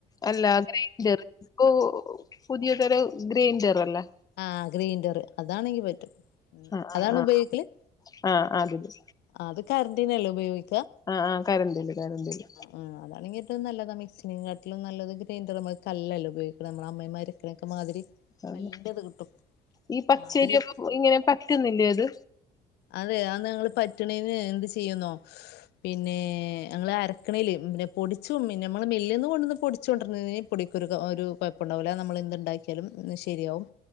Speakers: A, on the left (about 20°); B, on the left (about 80°).
A: അല്ല അങ്ങനെ ഈ <unintelligible> ഇപ്പൊ പുതിയ തരം ഗ്രൈൻഡറല്ലേ?
B: ആഹ് ഗ്രേയ്ന്ററ് അതാണെങ്കി പറ്റും ഉം
A: ആഹ്
B: അതാണ്
A: ആഹ്
B: ഉപയോഗിക്കല്?
A: ആഹ് ആഹ് അതില്
B: ആഹ് അത് കര്ന്റിനല്ലേ ഉപയോഗി
A: ആഹ് ആഹ് കരന്റില് കരന്റില്.
B: ആഹ് അതാണെങ്കി ഏറ്റവും നല്ലതാ മിക്സിനേകാട്ടിലും നല്ലത് ഗ്രൈൻഡർമ്മേ കല്ലല്ലേ ഉപയോഗിക്കണത് നമ്മളമ്മിമ്മേ ക്കെ മാതിരി
A: അതെ
B: കല്ലിന്റെത് കിട്ടും
A: ഈ പച്ചേരിപ്പം
B: ആഹ് അതില്
A: ഇങ്ങനെ പറ്റുന്നില്ലേത്?
B: അതെ അത് ഞങ്ങള് പറ്റ്ണീന് എന്ത് ചെയ്യുന്നോ പിന്നെ ഞങ്ങള് അരക്കണേല് പിന്നെ പൊടിച്ചു പിന്നെ ഞമ്മള് മില്ല്ന്ന് കൊടുന്ന് പൊടിച്ചു കൊണ്ടിര് പൊടിക്കൊരു കൊ ആഹ് ഒരു കൊഴപ്പുണ്ടാവൂല നമ്മളെന്ത്ണ്ടാക്കിയാലും അത് ശരിയാവും.